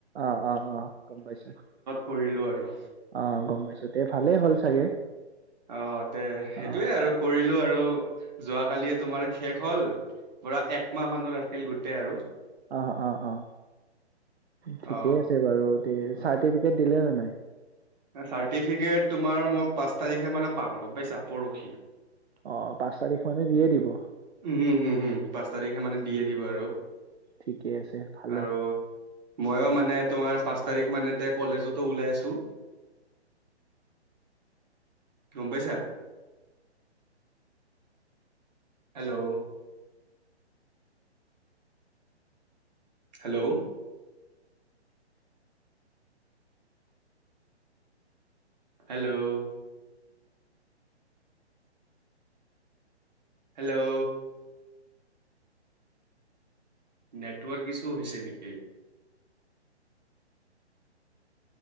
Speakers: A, on the right; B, on the right.
A: অ', - অ', -অ', গম পাইছো।
B: কৰিলোঁ আৰু।
A: অ গম পাইছো তে ভালেই হ'ল চাগে
B: অ অ তে সেইটোয়ে
A: অ
B: আৰু কৰিলো আৰু আৰু যোৱা কালিয়ে তোমাৰ শেষ হল পুৰা একমাহ মানৰ আছিল গোটেই আৰু
A: অহ', - অহ', - অহ', ঠিকেই
B: অ
A: আছে বাৰু তে। চাৰ্টিফিকেট দিলে হয় নাই
B: চাৰ্টিফিকেট তোমাৰ মই পাঁচ তাৰিখে মানে পাম গম পাইছা পৰখি।
A: অহ, পাঁচ তাৰিখ মানে দিয়ে দিব।
B: উম, হম- হম পাঁচ তাৰিখে মানে দিয়ে দিব আৰু।
A: ঠিকে আছে ভালে
B: আৰু মইয় মানে তোমাৰ পাঁচ তাৰিখ মানে তে কলেজতো ওলাই আছো। গম পাইছা hello, hello, hello, hello, network issue হৈছে নেকি?